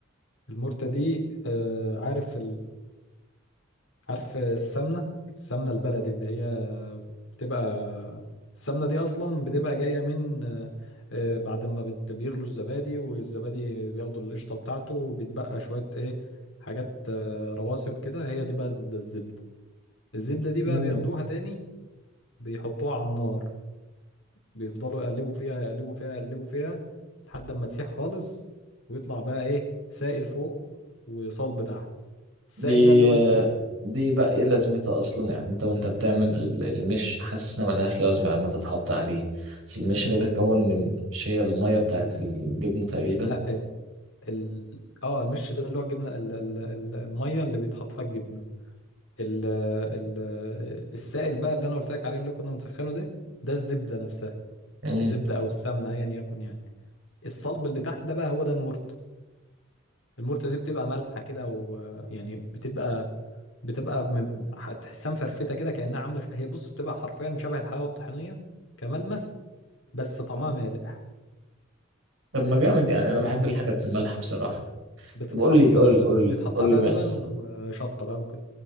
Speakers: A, on the left; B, on the right.
A: المرتة دي آه، عارف عارف السمنة السمنة البلدي اللي هي بتبقى السمنة دي أصلا بتبقى جاية من آه، بعد ما بت- بيغلوا الزبادي والزبادي بياخدوا القشطة بتاعته وبتبقى شوية إيه حاجات آه، رواسب كده هي دي بقى الزبدة الزبدة دي بقى
B: مم.
A: بياخدوها تاني بيحطوها على النار بيفضلوا يقلبوا فيها يقلبوا فيها يقلبوا فيها لحد ما تسيح خالص ويطلع بقى إيه سائل فوق وصلب تحت السائل
B: دي
A: ده اللي هو
B: آه،
A: الزبدة
B: دي بقى إيه لازمتها أصلا يعني أنت وأنت بتعمل ال- المش حاسس إن ملهاش لازمة لما تتحط عليه بس المش ده بيتكون من مش هي المية بتاعت الجبن تقريبا
A: لا ال... اه المش ده اللي هو الجبنه ال... ال... ال- الميه اللي بيتحط فيها الجبنه ال... ال... السائل بقى اللي انا قلت لك عليه اللي كنا مسخنه ده ده الزبده نفسها
B: مم.
A: الزبده او السمنه ايا يكن يعني الصلب اللي تحت ده بقى هو ده المرت المرت دي بتبقى مالحه كده ويعني بتبقى بتبقى م- هتحسها مفرفته كده كانها عامله ش- هي بص بتبقى حرفيا شبه الحلاوه الطحينيه كملمس بس طعمها مالح
B: طب ما جامد يعني أنا بحب الحاجات المالحة بصراحة
A: بتتحط
B: طب قول لي قول لي قول
A: بيتحط
B: لي قول
A: عليها
B: لي بس
A: لبن وشطه بقى وكده